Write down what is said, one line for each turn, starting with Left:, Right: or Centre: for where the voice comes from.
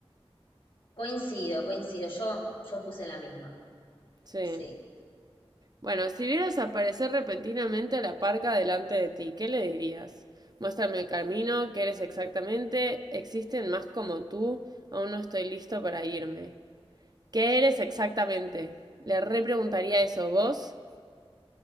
Left: Coincido, coincido, yo, yo puse la misma,
Right: Sí.
Left: sí.
Right: Bueno, si vieras aparecer repentinamente a la parca delante de ti, ¿qué le dirías? Muéstrame el camino, ¿qué eres exactamente? ¿Existen más como tú? Aún no estoy listo para irme. ¿Qué eres exactamente? Le repreguntaría eso, ¿vos?